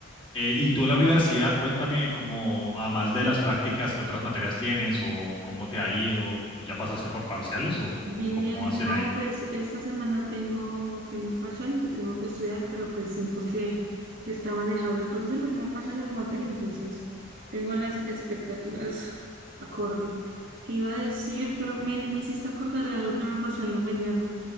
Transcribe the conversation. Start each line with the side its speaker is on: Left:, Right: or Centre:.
Left: Eh, y tú en la universidad, cuéntame como, además de las prácticas, ¿qué otras materias tienes o cómo te ha ido? ¿Tú ya pasaste por parciales o,
Right: bien,
Left: o cómo hacen
Right: no,
Left: ahí?
Right: pues esta semana tengo, tengo un parcial, lo tengo que estudiar, pero pues siento que, que está manejable. Pues es el primer parcial de la materia, entonces tengo las expectativas acorde. ¿Qué iba a decir? Pero mira, me hiciste acordar de algo que me pasó en la mañana,